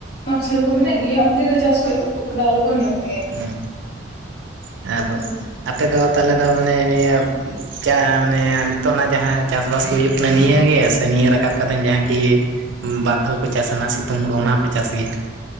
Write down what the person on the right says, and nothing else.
ᱦᱮᱸ ᱦᱮᱸ ᱟᱨ
ᱟᱯᱮᱫᱚ ᱛᱟᱞᱮ ᱫᱚ ᱢᱟᱱᱮ ᱱᱤᱭᱟᱹ ᱪᱟ ᱢᱟᱱᱮ ᱱᱤᱛᱚᱜ ᱱᱟᱜ ᱡᱟᱸᱦᱟ ᱪᱟᱥᱼᱵᱟᱥ ᱠᱚ ᱦᱩᱭᱩᱜ ᱠᱟᱱᱟ ᱱᱤᱭᱟᱹ ᱜᱮ, ᱥᱮ ᱱᱤᱭᱟᱹ ᱨᱟᱠᱟᱵ ᱠᱟᱛᱮᱜ ᱡᱟᱦᱟᱸ ᱠᱤ ᱵᱟᱨ ᱫᱷᱟᱣ ᱠᱚ ᱪᱟᱥᱟ ᱥᱤᱛᱩᱝ ᱦᱳᱲᱳ ᱚᱱᱟ ᱦᱚᱸᱯᱮ ᱪᱟᱥ ᱜᱮᱭᱟ?